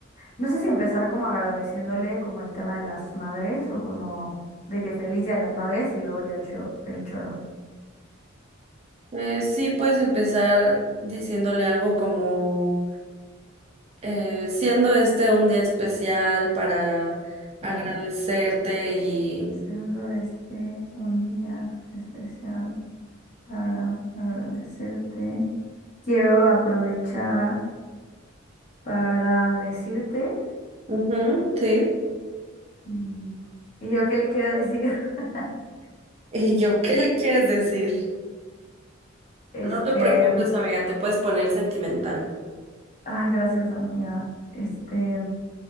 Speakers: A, on the left; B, on the right.
A: no sé si empezar como agradeciéndole como el tema de las madres o como de que feliz día de las madres y luego ya el show, el choro.
B: Eh, sí, puedes empezar diciéndole algo como eh, siendo este un día especial para agradecerte
A: A ver,
B: y...
A: siendo este un día especial. para agradecerte. Quiero aprovechar para decirte,
B: Ujú, sí.
A: mm, ¿y yo qué le quiero decir? <laughs>
B: <laughs> ¿Y yo qué le quieres decir?
A: Este,
B: No te preocupes, amiga, te puedes poner sentimental.
A: ay, gracias, amiga. Este,